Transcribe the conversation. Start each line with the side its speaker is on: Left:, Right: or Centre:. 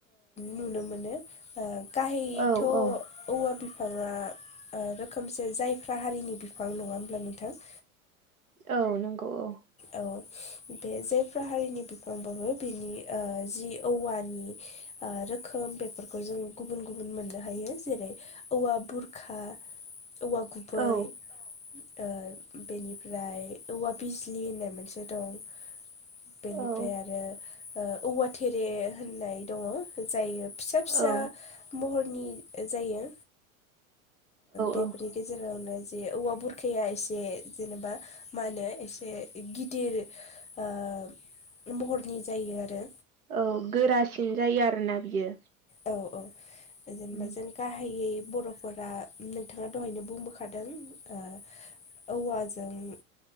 Left: नुनो मोनो। गाहायैथ'
Right: औ
Left: औवा
Right: औ
Left: बिफाङा ओ रोखोमसे जायफ्रा हारिनि बिफां नङा होमब्ला नोंथां?
Right: औ नंगौ औ।
Left: औ बे जायफ्रा हारिनि बिफांबो बेनि ओ जि औवानि रोखोम बेफोरखौ जों गुबुन गुबुन मोननो हायो, जेरै औवा बुरखा औवा गुबै
Right: औ
Left: ओ बेनिफ्राय औवा बिजलि होननाय मोनसे दं। बेनिफ्राय
Right: औ
Left: आरो औवा थेरे होननाय दङ जायो फि फिसा फिसा
Right: औ
Left: महरनि जायो बे
Right: औ
Left: बेनि गेजेरावनो जे औवा बुरखाया एसे जेनेबा मा होनो एसे गिदिर ओ महरनि जायो आरो।
Right: औ गोरासिन जायो आरो ना बियो।
Left: औ-औ जेनेबा
Right: उम
Left: जों गाहायै बर'फोरा नोंथाङा दहायनो बुंबोखादों ओ औवाजों